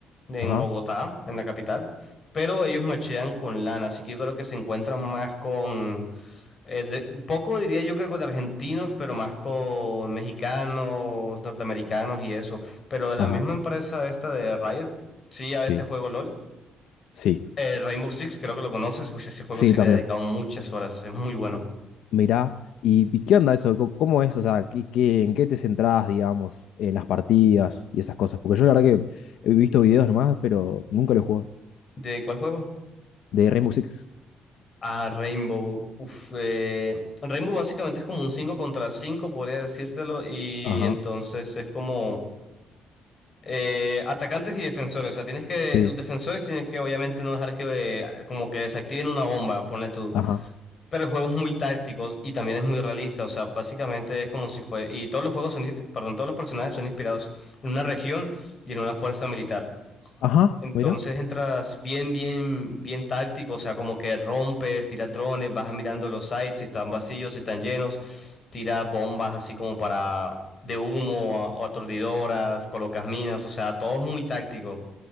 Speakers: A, on the left; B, on the left.
A: en
B: Ajá.
A: Bogotá, en la capital, pero ellos machean con LAN, así que yo creo que se encuentran más con, Eh, de- un poco diría yo que con argentinos, pero más con mexicanos, norteamericanos y eso. Pero de la
B: Ajá,
A: misma empresa esta de Riot, sí, a
B: sí,
A: veces juego LOL.
B: sí,
A: Eh, Rainbow Six, creo que lo conoces, pues ese juego
B: Sí,
A: sí le
B: también.
A: he dedicado muchas horas, es muy bueno.
B: Mirá, ¿y, y qué onda eso? Co- ¿Cómo es? O sea, ¿qué, qué- en qué te centrás, digamos, en las partidas y esas cosas? Porque yo la verdad que he visto videos nomás, pero nunca lo he jugado.
A: ¿De cuál juego?
B: De Rainbow Six.
A: Ah, Rainbow. Uf, eh, Rainbow básicamente es como un 5 contra 5 podría decírtelo, y
B: ajá,
A: entonces es como eh, atacantes y defensores. O sea, tienes que,
B: sí,
A: los defensores tienes que obviamente no dejar que eh, como que desactiven una bomba, ponle tú.
B: ajá,
A: Pero el juego es muy táctico y también es muy realista, o sea, básicamente es como si fue, y todos los juegos son, i- perdón, todos los personajes son inspirados en una región y en una fuerza militar.
B: ajá,
A: Entonces
B: mira,
A: entras bien, bien, bien táctico, o sea, como que rompes, tiras drones, vas mirando los sites, si están vacíos, si están llenos, tiras bombas así como para de humo a- o aturdidoras, colocas minas, o sea, todo es muy táctico